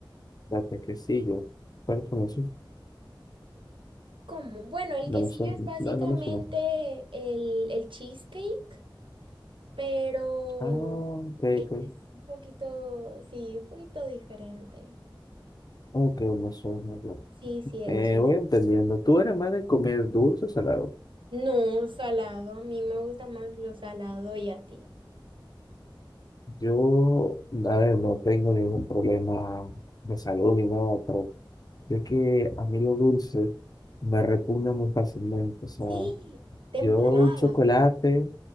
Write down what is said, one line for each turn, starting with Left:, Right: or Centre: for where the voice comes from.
Left: La yo. ¿Cuál es uno?
Right: ¿Cómo? Bueno, el
Left: No
Right: quesillo
Left: me suena.
Right: es básicamente
Left: No, no me suena.
Right: el, el cheesecake. pero
Left: Ah, ok,
Right: e-,
Left: ok.
Right: es un poquito, sí, un poquito diferente.
Left: Ok, me suena yo.
Right: Sí, sí, el
Left: Eh,
Right: chiste.
Left: voy entendiendo. Tú eres más de comer dulce o salado.
Right: No, salado, a mí me gusta más lo salado y a ti.
Left: Yo, a ver, no tengo ningún problema de salud ni nada, pero es que a mí lo dulce me repugna muy fácilmente. O sea,
Right: Sí, te empalaga.
Left: yo un chocolate,